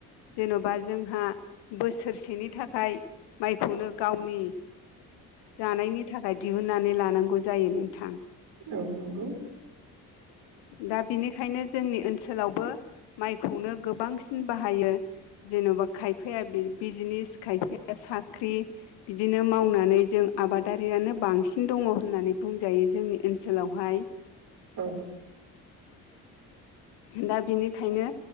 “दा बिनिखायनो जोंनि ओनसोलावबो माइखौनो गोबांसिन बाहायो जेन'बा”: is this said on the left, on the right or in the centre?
Left